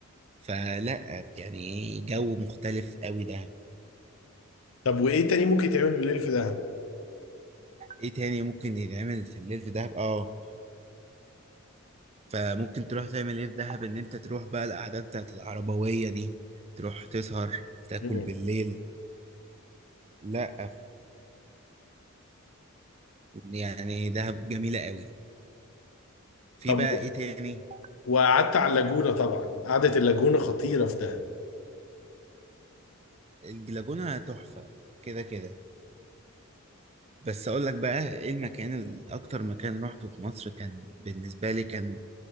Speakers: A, on the right; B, on the left.
A: فلا يعني جو مختلف قوي دهب
B: طب وايه تاني ممكن يتعمل بالليل في دهب
A: ايه تاني ممكن يتعمل في الليل في دهب اه فممكن تروح تعمل ايه في دهب ان انت تروح بقى القعدات بتاعت العربوية دي تروح تسهر تاكل
B: مم.
A: بالليل لا يعني دهب جميلة قوي في
B: طب
A: بقى
B: و-
A: ايه تاني
B: وقعدت على اللاجونه طبعا قعده اللاجونه خطيره في دهب
A: الجلاجونة تحفة كده كده بس اقول لك بقى ايه المكان ال- اكتر مكان روحته في مصر كان بالنسبة لي كان